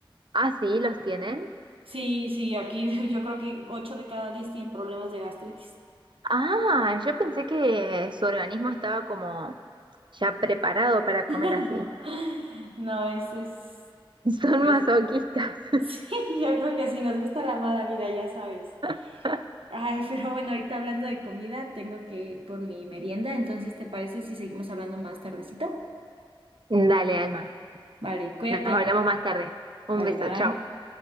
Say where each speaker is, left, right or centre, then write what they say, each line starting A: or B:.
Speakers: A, on the right; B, on the right.
A: Ah, sí, los tienen.
B: Sí, sí, aquí <laughs> yo creo que 8 de cada 10 tienen problemas de gastritis. <laughs>
A: Ah, yo pensé que su organismo estaba como ya preparado para comer
B: No,
A: así.
B: no, es, es,
A: Son
B: es...
A: masoquistas.
B: <laughs> Sí, yo creo que si nos gusta la mala vida, ya sabes.
A: <laughs>
B: Ay, <laughs> pero bueno, ahorita hablando de comida, tengo que ir por mi merienda, entonces ¿te parece si seguimos hablando más tardecito?
A: Dale, Alma.
B: Vale, cuídate.
A: Nos hablamos más tarde. Un
B: Vale,
A: beso,
B: bye.
A: chao.